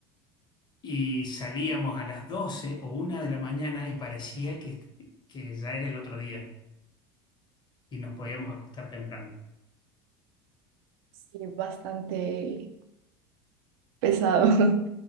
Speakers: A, on the left (about 35°); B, on the right (about 65°).
A: y salíamos a las 12 o una de la mañana y parecía que, que ya era el otro día y nos podíamos acostar temprano.
B: Sí, bastante pesado. <laughs>